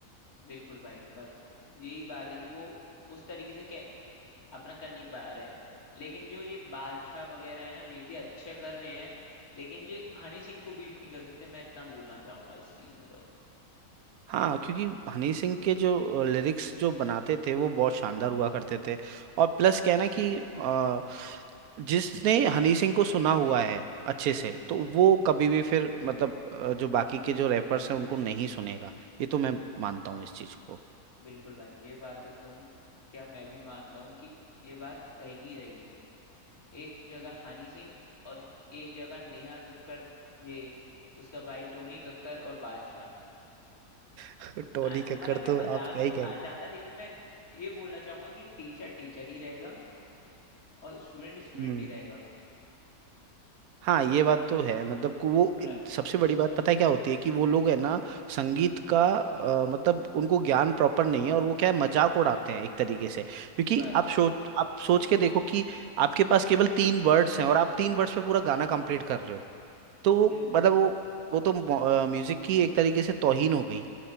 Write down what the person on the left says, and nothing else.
बिल्कुल भाई बस यही बात है कि वो उस तरीके से कै- अपना कर नहीं पा रहे लेकिन जो ये बादशाह वगैरह है ना ये भी अच्छे कर रहे हैं लेकिन ये हनी सिंह को बीट नहीं कर सकते मैं इतना बोलना चाहूंगा इस चीज में तो
बिल्कुल भाई ये बात तो तुम क्या मैं भी मानता हूँ कि ये बात रहेगी ही रहेगी एक जगह हनी सिंह और एक जगह नेहा कक्कड़ ये उसका भाई टोनी कक्कड़ और बादशाह
आ-
मतलब
मैं मजाक
नहीं
उड़ाना चाहता लेकिन मैं ये बोलना चाहूंगा कि टीचर टीचर ही रहेगा और स्टूडेंट स्टूडेंट
ही रहेगा
मतलब
बस
बिल्कुल